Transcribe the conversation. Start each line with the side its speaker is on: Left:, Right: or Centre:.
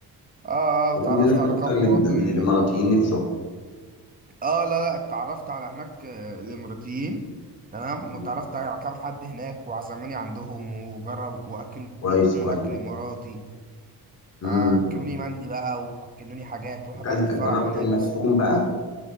Right: اه اه واتعرفت
Left: الهنود هناك
Right: على
Left: اكتر
Right: كام مواطن
Left: من من الاماراتيين نفسهم
Right: اه لا لا اتعرفت على هناك آه، الاماراتيين تمام
Left: مم.
Right: واتعرفت على كام حد هناك وعزموني عندهم وجرب واكلوني
Left: كويس كويس
Right: اكل اماراتي
Left: امم
Right: آه، اكلوني مندي بقى واكلوني حاجات وحضرت
Left: اكلت جربت
Right: فرح هناك
Left: المدفون
Right: بالصدفة
Left: بقى